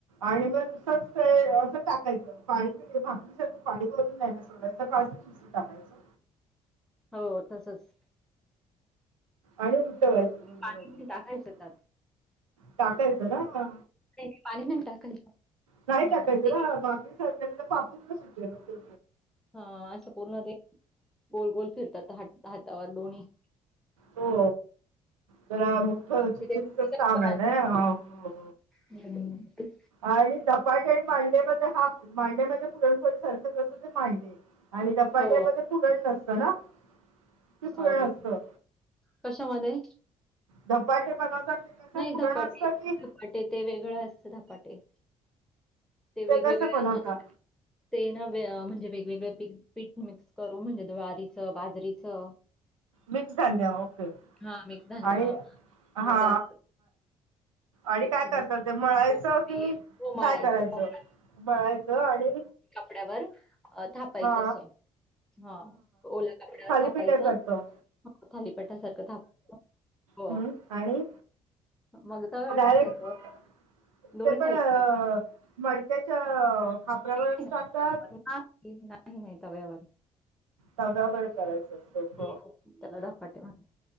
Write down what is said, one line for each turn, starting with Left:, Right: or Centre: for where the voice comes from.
Right: आणि मग नुसतच ते असं टाकायचं. पाणी म्हणजे भाकरीसारखं पाणी भरून नाही ना सोडायचं? का अस <unintelligible> टाकायचं.
Centre: हो तसच.
Right: आणि उलटवायचं दोन्ही
Centre: पाणी
Right: वरून
Centre: नई टाकायचं त्यात.
Right: टाकायचं ना हा.
Centre: नाही पाणी नाही टाकायचं.
Right: नाही
Centre: हां
Right: टाकायचं
Centre: ते
Right: ना. भाकरी सारखे त्याचा पापुद्रा सुटल मग
Centre: हा असं पूर्ण ते गोल गोल फिरतात हात हातावर दोन्ही.
Right: हो. <unintelligible>
Centre: हं.
Right: चिखलीच
Centre: ते रेसिपी
Right: च
Centre: कशी
Right: काम
Centre: बनवतात?
Right: आहे ना हो हो.
Centre: हं.
Right: आणि धपाटे आणि मांडे मध्ये हा मांडे म्हणजे पुरणपोळी सारखेच असं मांडे आणि धपाटामध्ये
Centre: हो.
Right: पुरण नसतं ना? की पुरण
Centre: अ
Right: असतं
Centre: कशामध्ये?
Right: धपाटे बनवतात ते कसं
Centre: नाही
Right: पुरण
Centre: धपाटे,
Right: असतं की
Centre: धपाटे ते वेगळं असत धपाटे. ते वेगवेगळ्या
Right: कसं बनवता?
Centre: ते नवे अ म्हणजे वेगवेगळे पी पीठ मिक्स करू म्हणजे द्वारीचं, बाजरीचं.
Right: मिक्स झांडिया ओके
Centre: हां, मिक्स धान्य.
Right: आणि हा
Centre: मग त्यात
Right: आणि
Centre: ते अं,
Right: काय करतात ते मळायचं
Centre: कोथिंबीर
Right: कि
Centre: हो मळायचं
Right: काय करायचं?
Centre: हो
Right: मळायचं आणि
Centre: कपड्यावर अ थापायचं
Right: हा
Centre: अस. हा ओला कपड्यावर
Right: थालीपीठासारखं
Centre: थापायचं. थालीपीठासारखं थाप हो.
Right: हम्म आणि
Centre: मग तव्यावर
Right: डायरेक्ट
Centre: टाकायचं. दोन्ही
Right: ते पण
Centre: साईडनी.
Right: अ मडक्याच्या खापरावरच
Centre: <unintelligible>
Right: टाकतात
Centre: नाही नाही नाही तव्यावर.
Right: तव्यावर करायच असत
Centre: हो, त्याला धपाटे म्हणतात.